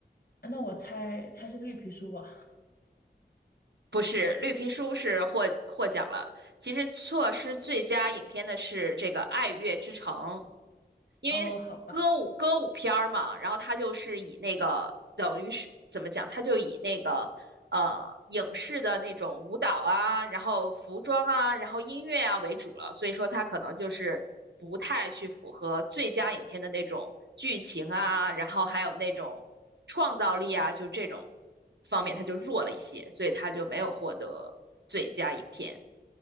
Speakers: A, on the left; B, on the right.
A: 啊那我猜猜是绿皮书吧？
B: 不是绿皮书是获获奖了，其实错失最佳影片的是这个《爱乐之城》，因为歌舞歌舞片儿嘛，
A: 哦，好吧，
B: 然后他就是以那个等于是怎么讲，他就以那个呃影视的那种舞蹈啊，然后服装啊，然后音乐啊为主了，所以说他可能就是不太去符合最佳影片的那种剧情啊，然后还有那种创造力啊，就这种方面他就弱了一些，所以他就没有获得最佳影片，